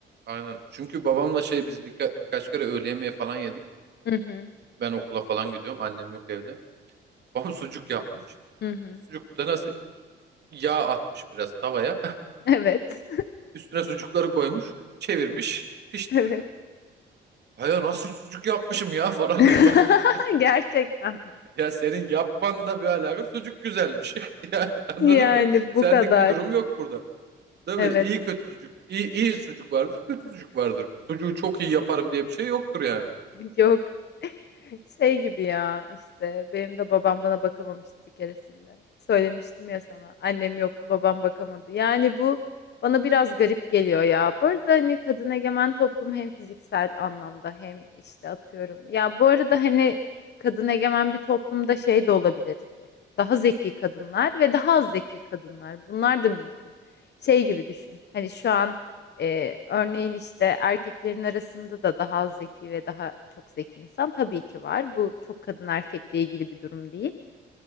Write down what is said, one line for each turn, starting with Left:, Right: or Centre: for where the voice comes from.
Right: Aynen. Çünkü babamla şey biz birka- birkaç kere öğle yemeği falan yedik.
Left: Hı hı,
Right: Ben okula falan gidiyorum. Annem yok evde. Babam sucuk yapmış.
Left: hı hı.
Right: Sucukta nasıl yağ atmış biraz tavaya. <laughs>
Left: Evet
Right: Üstüne sucukları koymuş. Çevirmiş. Pişti
Left: <laughs> evet.
Right: sucuk. Hayır nasıl sucuk yapmışım ya <laughs> falan
Left: <laughs>
Right: diyor bana. <laughs>
Left: Gerçekten
Right: Ya senin yapman da bir alaka. Sucuk güzelmiş. <laughs> Yani anladın
Left: mi? Yani
Right: mı? Senlik
Left: bu kadar.
Right: bir durum yok burada. Tabii
Left: Evet.
Right: iyi kötü sucuk, iyi, iyi sucuk vardır, kötü sucuk vardır. Sucuğu çok iyi yaparım diye bir şey yoktur yani.
Left: <laughs> Yok. Şey gibi ya işte benim de babam bana bakamamıştı bir keresinde. Söylemiştim ya sana. Annem yoktu, babam bakamadı. Yani bu bana biraz garip geliyor ya. Bu arada hani kadın egemen toplum hem fiziksel anlamda hem işte atıyorum. Ya bu arada hani kadın egemen bir toplumda şey de olabilir. e, Daha zeki kadınlar ve daha az zeki kadınlar. Bunlar da mümkün. Şey gibi düşün. Hani şu an ee, örneğin işte erkeklerin arasında da daha az zeki ve daha çok zeki insan tabii ki var. Bu çok kadın erkekle ilgili bir durum değil.